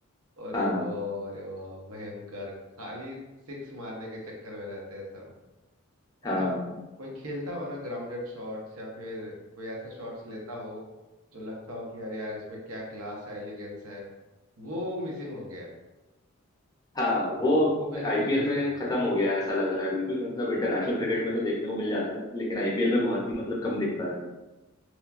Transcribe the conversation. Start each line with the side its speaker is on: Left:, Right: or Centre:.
Right: अरे
Left: हाँ
Right: वाह अरे वाह भयंकर खाली सिक्स मारने के चक्कर में रहते हैं सब
Left: हाँ
Right: और जब कोई खेलता हो ना ग्राउंडेड शॉट्स या फिर कोई ऐसे शॉट्स लेता हो जो लगता हो कि अरे यार इसमें क्या क्लास है एलिगेंस है वो मिसिंग हो गया है
Left: हाँ वो
Right: वो बिल्कुल
Left: आईपीएल
Right: ही मिसिंग
Left: में खत्म हो गया है ऐसा लग रहा है बिल्कुल मतलब इंटरनेशनल क्रिकेट में तो देखने को मिल जाता है लेकिन आईपीएल में बहुत ही मतलब कम दिखता है अब